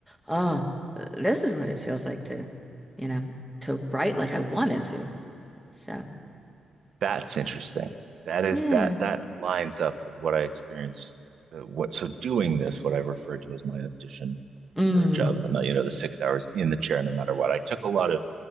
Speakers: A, in the centre; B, on the right.
A: oh, uh, this is what it feels like to, you know, to write like I wanted to. So
B: That's interesting. That is
A: yeah.
B: that that lines up with what I experienced. Uh, what so doing this, what I refer to as my audition
A: Mm,
B: for a job as a night, you know, the six hours in the chair, no matter what. I took a lot of